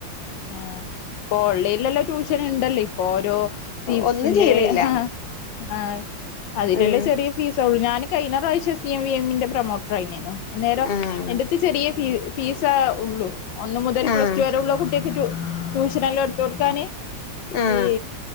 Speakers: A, on the left; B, on the left.
A: ആ ഇപ്പൊ ഓൺലൈനെല്ലാം ട്യൂഷന് ണ്ടല്ലോ ഇപ്പൊ ഓരോ സീവ്
B: ഒന്നും
A: സിന്റെആഹ്
B: ചെയ്യണില്ല
A: ആ അതിലല്ലേ
B: ഉം
A: ചെറിയ ഫീസള്ളൂ ഞാന് കഴിഞ്ഞ പ്രാവശ്യം സി എം വി എംന്റെ പ്രൊമോട്ടർ ആയിനു അന്നേരം
B: ആഹ്
A: എന്റെ ചെറീയ ഫീ ഫീസേഉള്ളൂ ഒന്ന് മുതൽ
B: ആഹ്
A: പ്ലസ് ടു വരെ ഉള്ള കുട്ടിക ടു ട്യൂഷനോല്ലാം എടുത്തൊ ടുക്കാന്
B: ആഹ്
A: ഈ